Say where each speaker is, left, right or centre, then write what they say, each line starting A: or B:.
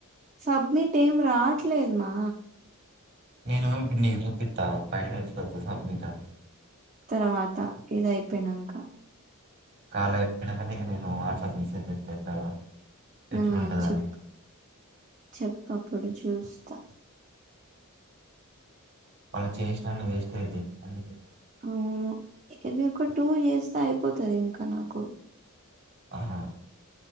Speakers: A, on the right; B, on the right.
A: సబ్మిట్ ఏం రాట్లేదమా
B: నేను నీకు చూపిత్త ఆగు పైన ఎట్లా సబ్మిట్ అని
A: తర్వాత ఇదయిపో పెినంక
B: కాల్ అయిపోయినాక నేను నీకు వాట్సాప్ మెసేజ్ చేస్తా ఎట్లా <unintelligible> ఎట్లుంటదని
A: ఆ చెప్పు చెప్పు అప్పుడు చూస్తా
B: వాళ్ళు చేసినన్ని వేస్ట్ అయితయి అందుకే
A: అవును ఇవి ఒక టూ ఇయర్స్ తొ అయిపోతది ఇంక నాకు
B: ఆహ